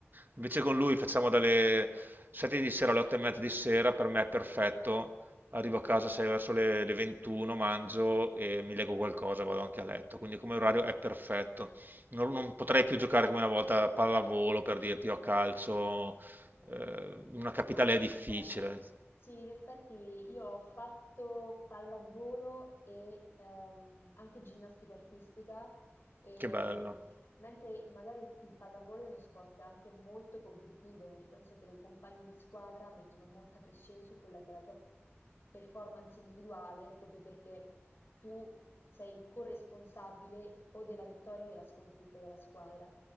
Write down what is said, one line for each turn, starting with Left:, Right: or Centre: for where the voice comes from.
Right: Invece con lui facciamo dalle 7 di sera alle 8 e mezza di sera, per me è perfetto. Arrivo a casa 6 verso le, le 21, mangio e mi leggo qualcosa, vado anche a letto. Quindi come orario è perfetto. Non, non potrei più giocare come una volta a pallavolo per dirti o a calcio eh, in una capitale
Left: Ma
Right: è difficile.
Left: guarda, sì, in effetti io ho fatto pallavolo e ehm, anche ginnastica artistica, e,
Right: Che bello.
Left: mh, mentre magari il pallavolo è uno sport anche molto competitivo, nel senso che le compagne di squadra mettono molta pressione su quella che è la tua performance individuale, proprio perché tu sei il corresponsabile o della vittoria o della sconfitta della squadra.